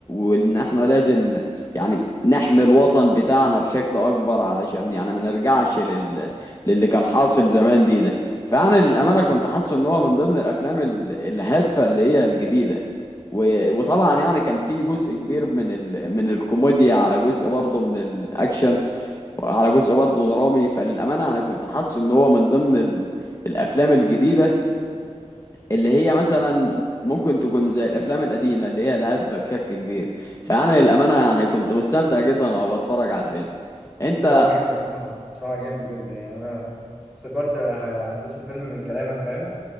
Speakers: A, on the left; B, in the centre.
A: وان احنا لازم يعني نحمي الوطن بتاعنا بشكل اكبر علشان يعني ما نرجعش لل... للي كان حاصل زمان دي ده فانا للامانه كنت حاسس ان هو من ضمن الافلام ال- الهادفه اللي هي الجديده و... وطبعا يعني كان في جزء كبير من ال... من الكوميديا على جزء برضه من الاكشن على جزء برضه درامي فللأمانة أنا كنت حاسس إن هو من ضمن ال... الأفلام الجديدة اللي هي مثلا ممكن تكون زي الأفلام القديمة اللي هي الهادفة بشكل كبير فأنا للأمانة يعني كنت مستمتع جدا وأنا بتفرج على الفيلم أنت
B: لا هو جامد بصراحة بصراحة جامد جدا يعني أنا افتكرت أح- أحداث الفيلم من كلامك فاهم